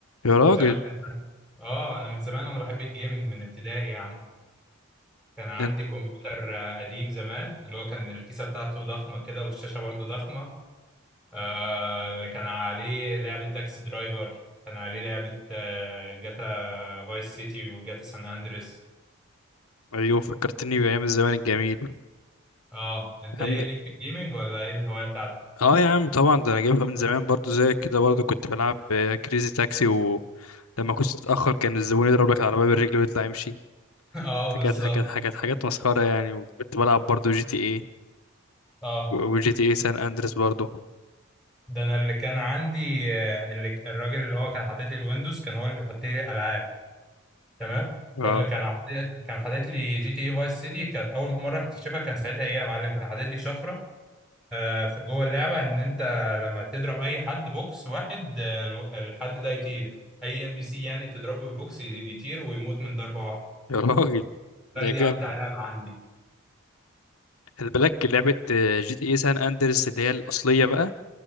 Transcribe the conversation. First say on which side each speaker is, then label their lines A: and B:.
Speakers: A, on the left; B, in the centre.
A: يا راجل
B: وزمان اه انا من زمان وانا بحب الجيمنج من ابتدائي يا عم كان عندي
A: ده انت
B: كمبيوتر آه، قديم زمان اللي هو كان الكيسه بتاعته ضخمه كده والشاشه برضو ضخمه آه، اللي كان عليه لعبه تاكسي درايفر كان عليه لعبه آه، جاتا فايس سيتي وجاتا سان اندريس
A: ايوه فكرتني بايام الزمان الجميل
B: اه انت
A: يا
B: ايه
A: عم
B: ليك في الجيمنج ولا ايه الهوايه بتاعتك
A: اه يا عم طبعا ده انا جايبها من زمان برضو زيك كده برضو كنت بلعب آه، كريزي تاكسي ولما كنت تتاخر كان الزبون يضرب لك العربيه بالرجل ويطلع يمشي
B: <laughs> اه
A: ده
B: بالظبط
A: كانت حاجات حاجات حاجات مسخره يعني وكنت بلعب برضو جي تي ايه
B: اه
A: وجي تي ايه سان اندريس برضو
B: ده انا اللي كان عندي آه، اللي الراجل اللي هو كان حاطط لي الويندوز كان هو اللي بيحط لي الالعاب تمام فاللي
A: اه
B: كان حاطط- كان حاطط لي جي تي اي فايس سيتي كانت اول مره اكتشفها كان ساعتها ايه يا معلم كان حاطط لي شفره آه، في جوه اللعبه ان انت لما تضرب اي حد بوكس واحد آه، الو- الحد ده يطير اي ام بي سي يعني تضربه بالبوكس يطير ويموت من ضربه واحده
A: يا راجل
B: قال
A: ده
B: لي دي امتع لعبه عندي
A: خلي بالك لعبة آه، جي تي اي سان اندرس اللي هي الأصلية بقى